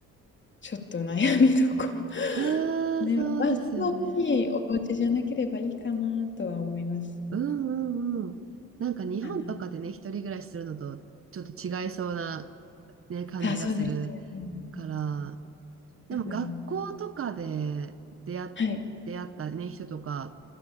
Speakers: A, on the left; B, on the right.
A: ちょっと悩みどころ。
B: ああ、
A: で、
B: そうですよね。
A: まあ、そんな大きいお家じゃなければいいかなとは思います。
B: うんうんうん。なんか日本とかでね、
A: あの、
B: 一人暮らしするのとちょっと違いそうな、ね、感じがする
A: あ、そうです。うん、
B: から、でも学校とかで出会っ、
A: なんだろう。はい、
B: 出会ったね、人とか